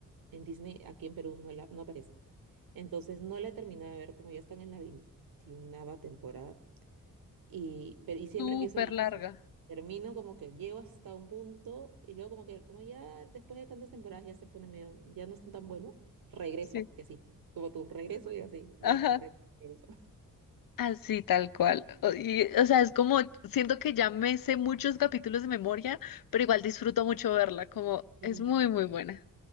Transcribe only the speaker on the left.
súper
larga.
Sí.
Ajá.
Así tal cual. O, y, o sea, es como, siento que ya me sé muchos capítulos de memoria, pero igual disfruto mucho verla, como
es muy, muy buena.